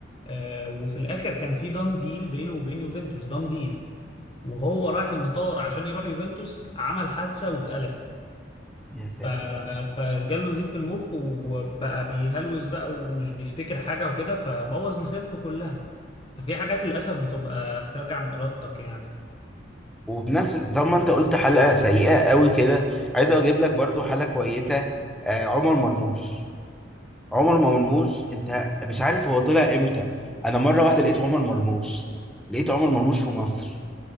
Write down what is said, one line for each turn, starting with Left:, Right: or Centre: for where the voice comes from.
Left: آه، وفي الآخر كان في دان ديل بينه وبين يوفنتوس دان ديل وهو رايح المطار عشان يروح يوفنتوس عمل حادثة واتقلب
Centre: يا ساتر
Left: ف- فجاله نزيف في المخ وبقى بيهلوس بقى ومش بيفتكر حاجة وكده فبوظ مسيرته كلها ففي حاجات للأسف بتبقى خارجة عن إرادتك يعني
Centre: وبنفس زي ما انت قلت حلقة سيئة قوي كده عايز اجيب لك برضو حلقة كويسة آه عمر مرموش عمر مرموش انت مش عارف هو طلع امتى انا مرة واحدة لقيت عمر مرموش لقيت عمر مرموش في مصر